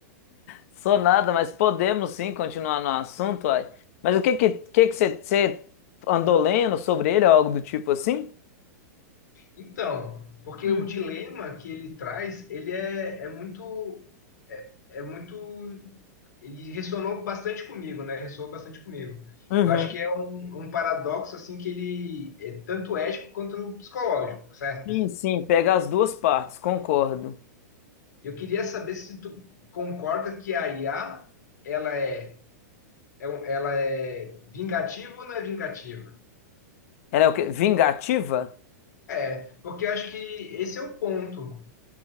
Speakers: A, on the left (about 55°); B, on the left (about 80°).
A: sou nada, mas podemos sim continuar no assunto, uai. Mas o que que que que você andou lendo sobre ele ou algo do tipo assim?
B: Então, porque
A: Hum.
B: o dilema que ele traz, ele é, é muito, é, é muito, ele ressonou bastante comigo, né? Ressoou bastante comigo.
A: Uhum.
B: Eu acho que é um, um paradoxo assim que ele é tanto ético quanto psicológico, certo?
A: Sim, sim, pega as duas partes, concordo.
B: Eu queria saber se tu concorda que a IA, ela é, é um- ela é vingativa ou não é vingativa?
A: Ela é o quê? Vingativa?
B: É, porque eu acho que esse é o ponto.